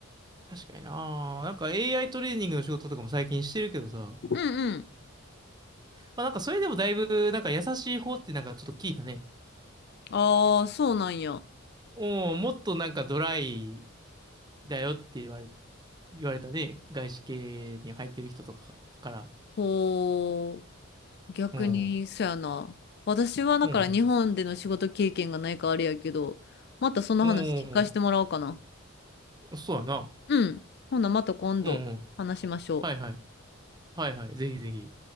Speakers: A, on the right; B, on the left.
A: 確かにな。なんか AI トレーニングの仕事とかも最近してるけどさ。ま
B: うんうん。
A: あなんかそれでもだいぶ、なんか優しい方ってなんかちょっと聞いたね。
B: ああ、そうなんや。
A: おもっとなんかドライだよって言われ、言われたね。外資系に入ってる人とかから。
B: ほう。逆に、
A: うん。うん
B: そやな。私はだから日本での仕事経験がないからあれやけど、
A: うん
B: またその話聞かせてもらおうかな。
A: うん。そうやな。
B: うん。ほな、また今度話しましょう。
A: うんうん。はいはい。はいはい。ぜひぜひ。